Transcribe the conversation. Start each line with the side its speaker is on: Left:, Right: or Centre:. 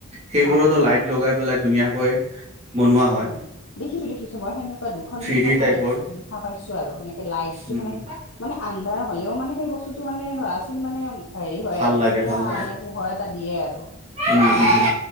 Right: সেইবোৰতো
Left: অ
Right: লাইট লগাই পেলাই ধুনীয়াকৈ- বনোৱা হয়
Left: জানে, দেখিছোঁ দেখিছোঁ মই সেনেকুৱা দুখন
Right: থ্ৰী
Left: তিনিখন
Right: ডি টাইপৰ
Left: মান দে দে দেখা পাইছোঁ আৰু এনেকে লাইটটো
Right: উম
Left: মানে মানে আন্ধাৰ হ'লেও মানে সেই বস্তুটো মানে ধৰাচোন মানে- হেৰি হয়
Right: ভাল
Left: আৰু
Right: লাগে
Left: ধুনীয়া
Right: ভাল লাগে
Left: মানে পোহৰ এটা দিয়ে আৰু।
Right: উম উম উম